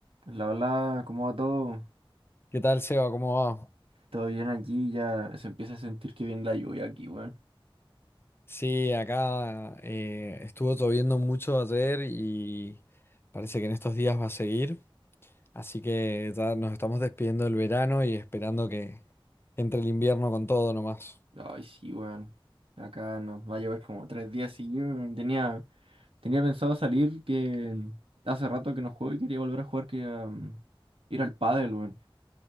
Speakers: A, on the right; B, on the left.
A: La hola, ¿cómo va todo?
B: ¿Qué tal, Seba? ¿Cómo va?
A: Todo bien aquí, ya se empieza a sentir que viene la lluvia aquí, weón.
B: Sí, acá eh, estuvo lloviendo mucho ayer y parece que en estos días va a seguir. Así que ya nos estamos despidiendo del verano y esperando que entre el invierno con todo nomás.
A: Ay, sí, weón. Acá nos va a llover como tres días seguidos. weón. Tenía, tenía pensado salir que hace rato que no juego y quería volver a jugar, que um, ir al pádel, weón.